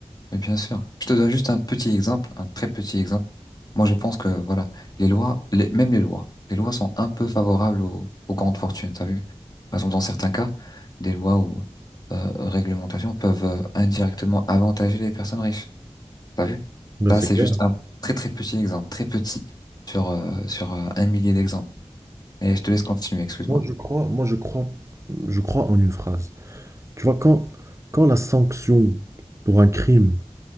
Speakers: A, on the left (about 35°); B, on the right (about 25°).
A: Mais bien sûr, je te donne juste un petit exemple, un très petit exemple. Moi, je pense que voilà, les lois, les- même les lois, les lois sont un peu favorables aux, aux grandes fortunes. T'as vu? Par exemple, dans certains cas, des lois ou euh, réglementations peuvent euh, indirectement avantager les personnes riches. T'as vu?
B: Ben,
A: Ça,
B: c'est
A: c'est
B: clair.
A: juste un très très petit exemple, très petit sur euh, sur euh, un millier d'exemples. Et je te laisse continuer, excuse-moi.
B: Moi, je crois, moi, je crois, je crois en une phrase. Tu vois, quand, quand la sanction pour un crime,